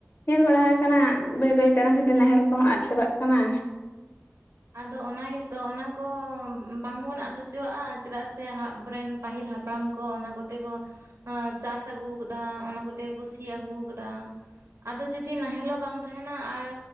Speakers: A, on the left; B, on the right.
A: ᱧᱮᱞ ᱵᱟᱲᱟ ᱟᱠᱟᱱᱟ ᱵᱟᱹᱭ ᱵᱟᱹᱭᱛᱮ ᱚᱱᱟ ᱠᱷᱟᱹᱛᱤᱨ ᱱᱟᱦᱮᱞ ᱠᱚᱦᱚᱸ ᱟᱫ ᱪᱟᱵᱟᱜ ᱠᱟᱱᱟ᱾
B: ᱟᱫᱚ ᱚᱱᱟ ᱜᱮᱛᱚ ᱚᱱᱟ ᱠᱚ ᱵᱟᱝᱵᱚᱱ ᱟᱫ ᱦᱚᱪᱚᱣᱟᱜ-ᱟ ᱪᱮᱫᱟᱜᱥ ᱛᱨ ᱦᱟᱜ ᱵᱚᱨᱮᱱ ᱯᱟᱹᱦᱤᱞ ᱦᱟᱯᱲᱟᱢ ᱠᱚ ᱚᱱᱟ ᱠᱚᱛᱮ ᱠᱚ ᱪᱟᱥ ᱟᱹᱜᱩᱣ ᱠᱟᱫᱟ ᱚᱱᱟ ᱠᱚᱛᱮ ᱜᱮᱠᱚ ᱠᱚ ᱥᱤ ᱟᱹᱜᱩ ᱠᱟᱫᱟ, ᱟᱫᱚ ᱡᱩᱫᱤ ᱱᱟᱦᱮᱞ ᱦᱚᱸ ᱵᱟᱝ ᱛᱟᱦᱮᱱᱟ ᱟᱨ